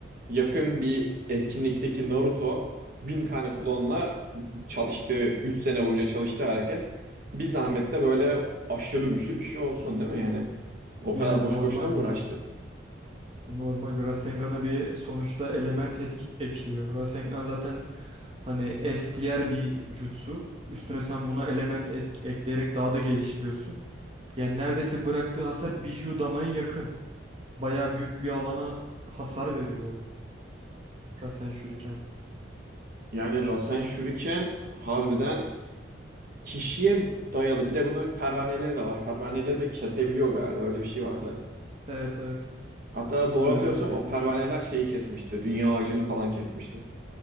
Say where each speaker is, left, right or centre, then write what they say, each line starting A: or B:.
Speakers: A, on the right (about 45°); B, on the right (about 30°).
A: yakın bir etkinlikteki Naruto bin tane klonla çalıştığı 3 sene boyunca çalıştığı hareket bir zahmette böyle aşırı güçlü bir şey olsun değil mi yani? O
B: Yani
A: kadar boş
B: normal
A: boşuna mı
B: ya.
A: uğraştı?
B: Normal Rasengan'a bir sonuçta element etki- ekliyor. Rasengan zaten hani S tier bir jutsu. Üstüne sen buna element ek- ekleyerek daha da geliştiriyorsun. Yani neredeyse bıraktığı hasar Biju Dama'ya yakın. Bayağı büyük bir alana hasar veriyor o Rasen Shuriken.
A: Yani Rasen Shuriken harbiden kişiye dayalı. Bir de bunun pervaneleri de var. Pervaneleri de kesebiliyor galiba. Öyle bir şey vardı.
B: Evet evet
A: Hatta doğru
B: dönüyor
A: hatırlıyorsam
B: teknik.
A: o pervaneler şeyi kesmişti. Dünya ağacını falan kesmişti.